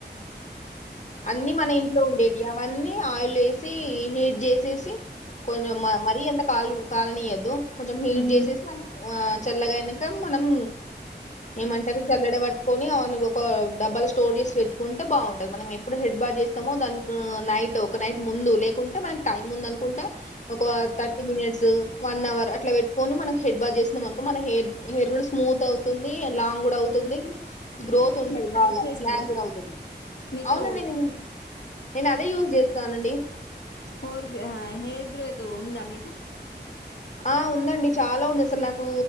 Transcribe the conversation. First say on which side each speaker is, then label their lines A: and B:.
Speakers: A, on the left; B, on the left.
A: అన్ని మన ఇంట్లో ఉండేటియి అవన్నీ ఆయిల్ లేసీ హీట్ జేసేసి కొంచెం మ మరీ అంత కాలు కాలనీయొద్దు కొంచెం
B: వేసుకుంటాం
A: హీట్ జేసేసి ఆ చల్లగా అయినాక మనం ఏమంటరు జల్లెడ వట్టుకొని అ నువ్ ఒక డబ్బల స్టోర్ చేసి వెట్టుకుంటే బాగుంటది మనం ఎ ఇప్పుడు హెడ్ బార్ట్ జేస్తమో దానికూ నైట్ ఒక నైట్ ముందు లేకుంటే మనకి టైమ్ ఉందను కుంటా ఒక థర్టీ మినిట్స్ వన్ అవర్ అట్ల వె కొను మనక్ హెడ్ బాద్ చేసినం అనుకో మన హేర్ హేర్ గూడా స్మూత్ అవు తుంది లాంగ్ గూడా అవుతుంది గ్రోత్
B: మీరు
A: ఉంటది
B: ట్రై
A: బాగా
B: చేసారా
A: బ్లాక్ గూడా అవుతది
B: మీకు
A: అవునండి నేను <inaudible> నేను అదే యూజ్ చేస్తానండి
B: హోర్ హెయిర్ గ్రోతూ ఉందా మీకు
A: ఆ ఉందండి చాలా ఉంది అసలు నాకు